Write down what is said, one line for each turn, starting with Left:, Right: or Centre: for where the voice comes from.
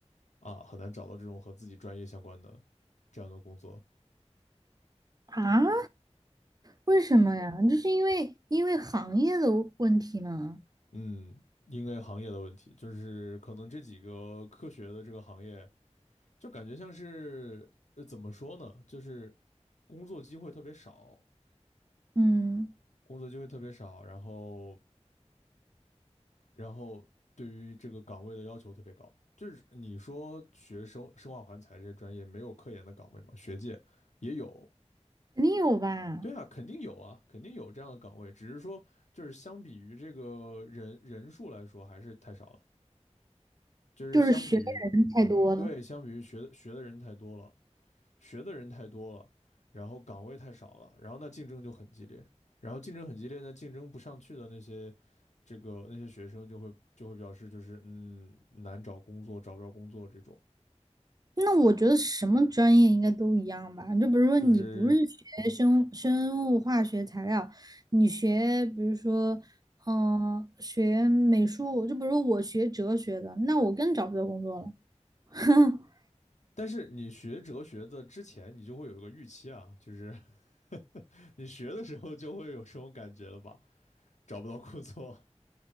Left: 啊，很难找到这种和自己专业相关的这样的工作。
Right: 啊，为什么呀？就是因为因为行业的问题嘛。
Left: 嗯，因为行业的问题，就是可能这几个科学的这个行业，就感觉像是呃怎么说呢，就是工作机会特别少，
Right: 嗯，
Left: 工作机会特别少，然后然后对于这个岗位的要求特别高。就是你说学生生化环材这些专业没有科研的岗位吗？学界也有，
Right: 肯定有吧？
Left: 对啊，肯定有啊，肯定有这样的岗位，只是说就是相比于这个人人数来说还是太少了，就是相比于
Right: 就是学的人太多了。
Left: 对，相比于学的学的人太多了，学的人太多了，然后岗位太少了，然后那竞争就很激烈，然后竞争很激烈那竞争不上去的那些这个那些学生就会就会表示就是嗯难找工作，找不着工作这种，
Right: 那我觉得什么专业应该都一样吧。就比如说，
Left: 就是
Right: 你不是学生生物化学材料，你学比如说，嗯、学美术，就比如说我学哲学的，那我更找不到工作了。<laughs>
Left: 但是你学哲学的之前，你就会有一个预期啊，就是 <laughs> 你学的时候就会有这种感觉了吧？找不到工作，